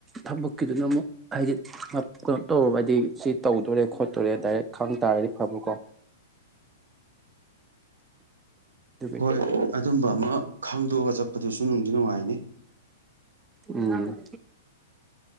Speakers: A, on the right; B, on the right.
A: ꯊꯕꯛꯀꯤꯗꯨꯅ ꯑꯃꯨꯛ ꯍꯥꯏꯗꯤ ꯀꯩꯅꯣ ꯇꯧꯔꯕ ꯍꯥꯏꯗꯤ ꯁꯤ ꯇꯧꯗꯣꯔꯦ ꯈꯣꯠꯇꯣꯔꯦ ꯗꯥꯏꯔꯦꯛ ꯈꯪ ꯇꯥꯔꯗꯤ ꯐꯕꯀꯣ ꯑꯗꯨꯒꯤꯅꯤ
B: ꯍꯣꯏ ꯑꯗꯨꯝꯕ ꯑꯃ ꯈꯪꯗꯣꯛꯑꯒ ꯆꯠꯄꯗꯨꯁꯨ ꯅꯨꯡꯗꯤ ꯅꯨꯡꯉꯥꯏꯅꯤ
A: ꯎꯝ